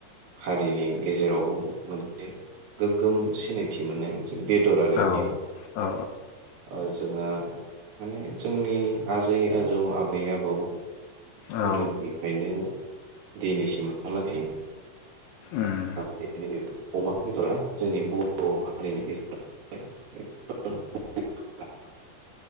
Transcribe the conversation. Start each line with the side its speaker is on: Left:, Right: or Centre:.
Right: हारिनि गेजेराव मोनसे गोग्गोम सिनायथि मोननाय मोनसे बेदर आरो
Left: औ
Right: बेयो
Left: औ
Right: जोंहा माने जोंनि आजै-आजौ आबै-आबौ गोदोनिफ्रायनो
Left: औ
Right: दिनैसिमहालागै
Left: उम
Right: बे अमा बेदरा जोंनि बर' हारिनि गेजेर <unintelligible>